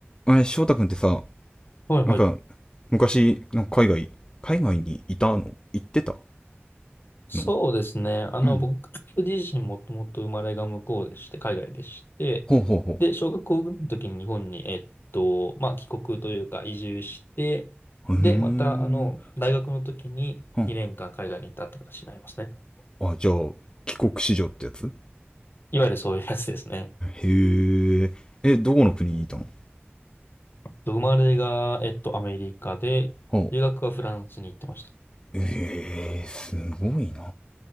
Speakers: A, on the left (about 20°); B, on the left (about 55°).
A: あれ、翔太くんってさ、
B: はいはい。
A: なんか、昔、なんか海外、海外にいたの行ってた
B: そうですね。
A: の
B: あの、
A: うん。
B: 僕自身もともと生まれが向こうでして、海外でして、
A: ほうほうほ
B: で、小学校ぐらいの時に日本に、えっと、まあ、帰国というか移住して、
A: う。うーん。
B: で、また、あの、大学の時に2年間海外に行ったって形になりますね。
A: うんあ、じゃあ、帰国子女ってやつ
B: いわゆるそういうやつですね。
A: へえ。え、どこの国にいたの
B: 生まれが、えっと、アメリカで、
A: ほう。
B: 留学はフランスに行ってました。
A: ええすごいな。